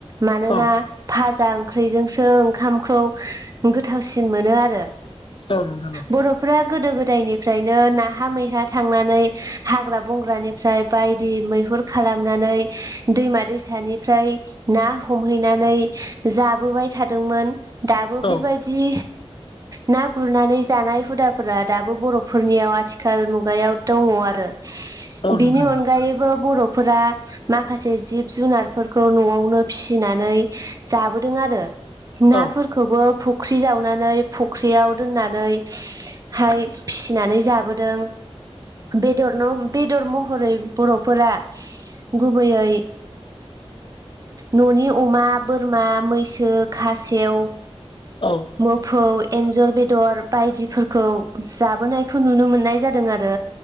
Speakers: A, on the right (about 35°); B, on the left (about 55°).
A: मानोना
B: औ
A: फाजा ओंख्रैजोंसो ओंखामखौ गोथावसिन मोनो आरो।
B: औ नोंथां औ
A: बर'फ्रा गोदो गोदायनिफ्रायनो नाहा मैहा थांनानै हाग्रा बंग्रानिफ्राय बायदि मैहुर खालामनानै दैमा दैसानिफ्राय ना हमहैनानै जाबोबाय थादोंमोन। दाबो बेबायदि
B: औ नोंथां औ
A: ना गुरनानै जानाय हुदाफोरा दाबो बर'फोरनियाव आथिखाल मुगायाव दङ' आरो
B: औ नोंथां
A: बिनि
B: औ नोंथां
A: अनगायैबो बर'फोरा माखासे जिब जुनारफोरखौ न'आवनो फिसिनानै जाबोदों आरो।
B: औ
A: नाफोरखौबो
B: औ नोंथां
A: फख्रि जावनानै फख्रियाव दोननानै हाय फिसिनानै जाबोदों बेदरनो बेदर महरै बर'फोरा गुबैयै न'नि अमा बोरमा मैसो खासेव
B: औ
A: मोफौ एन्जर बेदर बायदिफोरखौ जाबोनायखौ नुनो मोननाय जादों आरो।